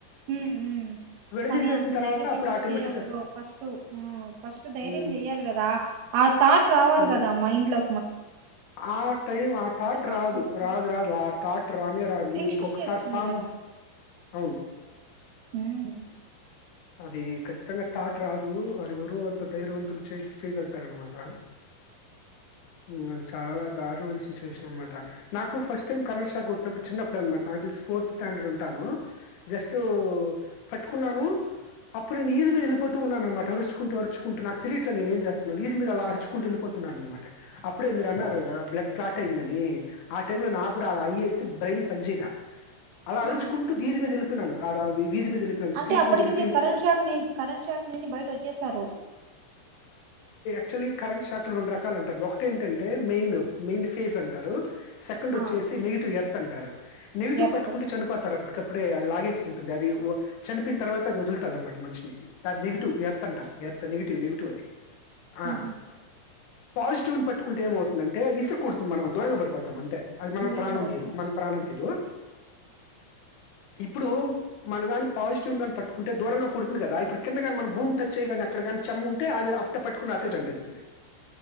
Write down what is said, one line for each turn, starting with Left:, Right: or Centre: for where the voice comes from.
Right: మ్మ్ మ్మ్
Left: విడదీసేసిన
Right: కానీ అంత
Left: తర్వాత
Right: ధైర్యం
Left: అప్పుడు
Right: ఎవరు
Left: ఆటోమేటిక్‌గా
Right: చెయాలి బ్రో. ఫస్ట్ ఊ ఫస్ట్ ధైర్యం
Left: హ్మ్.
Right: చెయ్యాలి కదా, ఆ థాట్ రావాలి
Left: అవును.
Right: కదా మైండ్ లో
Left: ఆ టైమ్ ఆ థాట్
Right: బాధపడుతుంది
Left: రాదు రాదు రాదు ఆ తాట్ రానే రాదు
Right: టెన్షన్
Left: ఇ ఇంకొకసారి
Right: వచ్చేస్తుంది
Left: పామ్
Right: కదా
Left: అవును
Right: ఉమ్
Left: అది ఖచ్చితంగా థాట్ రాదు అది ఎవరు అంత ధైర్యవంతులు చేసి చేయగలుతార అనమాట ఉమ్ చాలా దారుణమైన సిచ్యువేషన్ అనమాట నాకు ఫస్ట్ టైం కరం ష కొట్ నాకు చిన్నప్పుడు అనమాట నాకు తెలిసి ఫోర్త్ స్టాండర్డ్ ఉంటాను జస్టు పట్టుకున్నాను అప్పుడు నేను ఇది మీద వెళ్పోతూన్నానునమాట అరుచుకుంటూ అరుచుకుంటూ నాకు తెలియట్లే నేను ఏ చేస్తున్నాను ఇది మీద అలా అరుచుకుంటూ వెళ్పోతున్నాను అనమాట ఇప్పుడే మీరు అన్నారు
Right: సో
Left: కదా బ్లడ్ ప్లాటయిందని ఆ టైమ్ లో నాకు కూడా అలా ఐఎస్ బ్రెయిన్ పనించ ఇలా అలా
Right: ఆ
Left: అరుచుకుంటూ దీది మీద నను అదా వి వది మీద తెలి
Right: అంటే
Left: స్ట్రీట్
Right: అప్పటికి
Left: మీలి
Right: మీరు కరెంట్ షాక్ ని కరెంట్ షాక్ నుంచి బయట వచ్చసారు
Left: యాక్చువలీ కరెంట్ షాక్ రెండు రకాలు ఉంటారు ఒకట ఏంటంటే మెయిన్ మెయిన్ ఫేజ్ అంటారు సెకండ్ వచ్చేసి
Right: ఆ
Left: నెగిటివ్ ఎర్త్ అంటారు నెగిటివ్
Right: ఎర్త్
Left: పట్టుకుంటే చనిపోతారు అప్పటిక అప్పుడే అది లాగేసుకుంటుంది అది చనిపోన తర్వాత వదులుతా అన్నమాట మనిషని అది నెగిటివ్ ఎర్ అంటం వర్థ నెగిటివ్ నెగిటివ్ అది ఆ
Right: ఆహా
Left: పాజిటివ్ ని పట్టుకుంటేమవుతుందంటే ఇసురు కుడుతుంది మనం దూరంగా పడిపోతం అంటే అది మన
Right: దూరంగా
Left: ప్రాణ వందదు
Right: పడిపో
Left: మన ప్రాణ వందదు ఇప్పుడు మనగాని పాజిటివ్ కాని పట్ ఉంటే దూరంగా కుడుతుంది కదా ఇప్పుడు కిందగాని మన భూమి టచ్యిగాని అక్కడ కాని చెమ్ ఉంటే అది అప్ట్ట పెట్టుకుని అతే చంపిస్తుంది